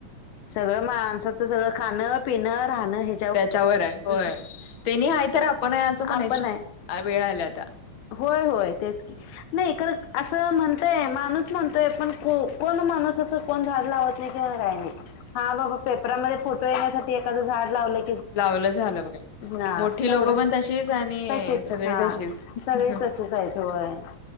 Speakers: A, on the left (about 70°); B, on the left (about 50°).
A: सगळं माणसाचं सगळं खाणं पिणं राहणं हे
B: त्याच्यावर आहे होय, त्यांनी आहे तर आपण आहे असं म्हणायची
A: आपण आहे
B: वेळ आल्या आता.
A: होय होय तेच की
B: हा.
A: नाही खरं असं म्हण तय माणूस म्हणतंय पण को कोण माणूस असं कोण झाडं लावत नाही किंवा काय नाही, हा बाबा पेपरामध्ये फोटो येण्यासाठी एखादं झाड लावलं
B: लावलं झालं बघा.
A: हा
B: मोठी
A: तेवढंच
B: लोकं पण तशीच आणि
A: तसेच
B: सगळे
A: हा
B: तशीच.
A: सगळी तसेच आहेत होय